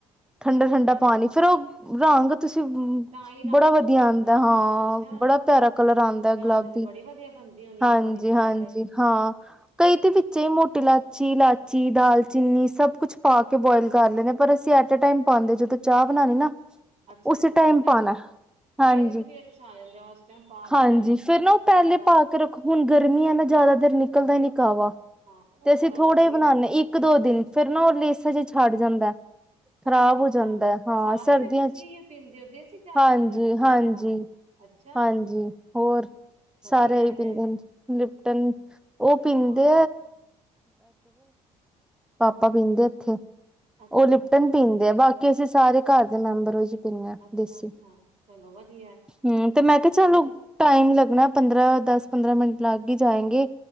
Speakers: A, in the centre; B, on the right (about 50°).
A: ਠੰਡ-
B: ਅੱਛਾ,
A: ਠੰਡਾ
B: ਅੱਛਾ
A: ਪਾਣੀ ਫੇਰ ਉਹ ਰੰਗ ਤੁਸੀਂ
B: ਤਾਂ ਹੀ ਰੰਗ
A: ਬੜਾ ਵਧੀਆ
B: ਬਣਦਾ
A: ਆਉਂਦਾ
B: ਵਾ।
A: ਹਾਂ
B: ਅੱਛਾ,
A: ਬੜਾ ਪਿਆਰਾ ਕਲਰ ਆਉਂਦਾ
B: ਚਾਹ
A: ਗੁਲਾਬੀ
B: ਤੇ ਫੇਰ ਬੜੀ ਵਧੀਆ ਬਣਦੀ ਹੋਣੀ
A: ਹਾਂਜੀ-ਹਾਂਜੀ
B: ਉਹ ਵਾਲੀ ਚਾਹ ਤੇ,
A: ਹਾਂ ਕਈ ਤਾਂ ਵਿੱਚ ਹੀ ਮੋਟੀ ਲਾ ਕਚੀ ਇਲਾਚੀ ਦਾਲਚੀਨੀ ਸਭ ਕੁਛ ਪਾ ਕੇ ਬੋਇਲ ਕਰ ਲੈਂਦੇ ਹਾਂ, ਪਰ ਅਸੀਂ ਐਟੇ ਟਾਈਮ ਪਾਉਂਦੇ ਜਦੋਂ ਚਾਹ ਬਣਾਉਣੀ ਨਾ।
B: ਅੱਛਾ,
A: ਉਸੇ
B: ਅੱਛਾ
A: ਟਾਈਮ
B: ਉਸ
A: ਪਾਉਣਾ। ਹਾਂਜੀ
B: ਟੇਸਟ ਵੀ ਅੱਛਾ ਆ ਜਾਂਦਾ ਉਸ ਟਾਈਮ ਪਾ
A: ਹਾਂਜੀ
B: ਕੇ ਨਾ
A: ਫੇਰ ਨਾ ਉਹ
B: ਚਾਹ
A: ਪਹਿਲੇ
B: ਦਾ।
A: ਪਾ ਕੇ ਰੱਖੋ ਹੁਣ ਗਰਮੀ ਨੇ ਜ਼ਿਆਦਾ ਦੇਰ ਨਿਕਲਦਾ ਨਹੀਂ। ਵ
B: ਹਾਂ ਉਹ
A: ਤੇ ਅਸੀਂ
B: ਗੱਲ
A: ਥੋੜੇ
B: ਹੈਗੀ ਏ।
A: ਬਣਾਉਦੇ ਇੱਕ ਦੋ ਦਿਨ ਫੇਿਰ ਨਾ ਉਹ ਲੇਸ ਛੱਡ ਜਾਂਦਾ। ਖ਼ਰਾਬ
B: ਅੱਛਾ
A: ਹੋ
B: ਅੱਛਾ
A: ਜਾਂਦਾ ਹੈ ਹਾਂ
B: ਸਾਰੇ
A: ਸਰਦੀਆਂ
B: ਫੇਰ ਤੁਸੀਂ
A: ਚ
B: ਪੀਂਦੇ ਹੋ ਦੇਸੀ ਕਿਆ
A: ਹਾਂਜੀ
B: ਪੀਂਦੇ ਹੋ ਸਾਰੇ
A: ਹਾਂਜੀ
B: ਤੁਹਾਡੇ ਘਰ। ਅੱਛਾ,
A: ਹਾਂਜੀ ਹੋਰ
B: ਵਧੀਆ
A: ਸਾਰੇ
B: ਹੈ
A: ਹੀ
B: ਤੇ
A: ਪੀਦੇ ਨੇ ਲਿਪਟਨ। ਉਹ ਪਿੰਦੇ
B: ਹਾਂ,
A: ਪਾਪਾ ਪੀਂਦੇ ਇੱਥੇ
B: ਅੱਛਾ,
A: ਉਹ ਲਿਪਟਨ
B: ਅੱਛਾ,
A: ਪੀਂਦੇ ਆ ਬਾਕੀ ਕਿ ਅਸੀਂ ਸਾਰੇ ਘਰ ਦੇ ਮੈਂਬਰ ਹੋ ਜ ਪਨ
B: ਅੱਛਾ,
A: ਦੇਸੀ
B: ਅੱਛਾ ਚਲੋ ਵਧੀਆ,
A: ਹਮ ਤੇ ਮੈਂ ਕਿਹਾ ਚਲੋ
B: ਵਧੀਆ
A: ਟਾਈਮ ਲੱਗ ਲ ਪੰਦਰਾਂ ਦਸ ਪੰਦਰਾਂ ਮਿੰਟ ਲੱਗ ਗ ਜਾਏਗੇ।